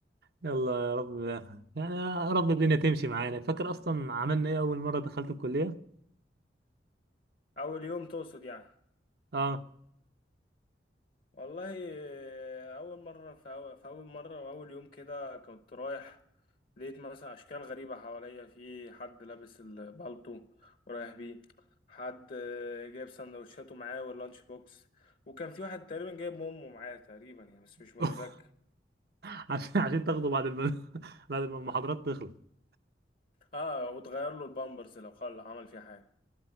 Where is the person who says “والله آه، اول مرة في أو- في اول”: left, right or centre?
Left